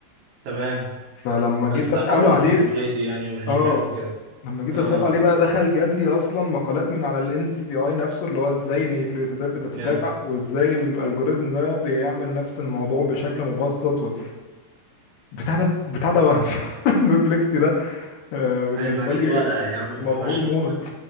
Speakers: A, on the right; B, on the left.
A: تمام
B: فلما جيت
A: تتابعوا
B: اساله
A: النيوكليوتايد
B: عليه
A: يعني والجينات
B: اه
A: وكده
B: لما جيت
A: اه
B: اساله
A: آه.
B: عليه بقى دخل جاب لي اصلا مقالات من على الان سي بي اي نفسه اللي هو ازاي النيوكليوتيدات بتتتابع
A: جامد
B: وازاي الالجوريزم ده بيعمل نفس الموضوع بشكل مبسط و... بتاع ده بتاع ده وهم <laughs> البربلكستي ده آه، بالنسبه
A: عيب عليك
B: لي
A: بقى يا عم بشكر
B: مبهور موت